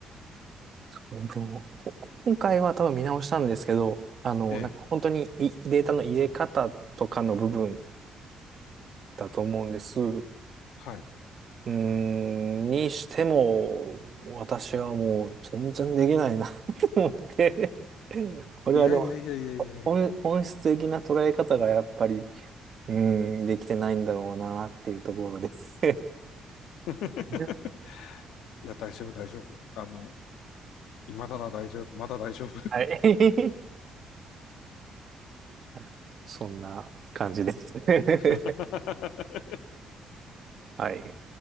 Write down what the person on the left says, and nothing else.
ええ。
はい。
いやいやいやいやいやいやいや。
<laughs>
いや、大丈夫、大丈夫。あの、今だな、大丈夫。まだ大丈夫。
<laughs>